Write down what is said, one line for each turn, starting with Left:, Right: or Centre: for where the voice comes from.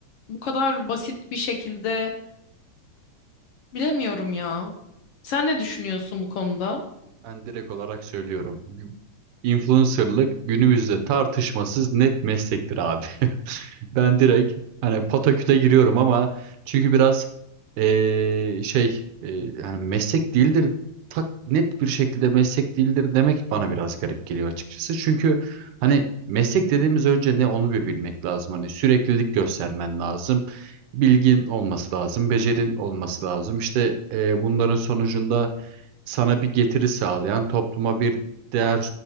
Left: Bu kadar basit bir şekilde bilemiyorum ya. Sen ne düşünüyorsun bu konuda?
Right: Ben direkt olarak söylüyorum. Gü- Influencerlık günümüzde tartışmasız net meslektir abi. <laughs> Ben direkt hani pataküte giriyorum ama çünkü biraz eee, şey eee, hani meslek değildir tak net bir şekilde meslek değildir demek bana biraz garip geliyor açıkçası. Çünkü hani meslek dediğimiz önce ne onu bir bilmek lazım. Hani süreklilik göstermen lazım. Bilgin olması lazım, becerin olması lazım. İşte eee, bunların sonucunda sana bir getiri sağlayan, topluma bir değer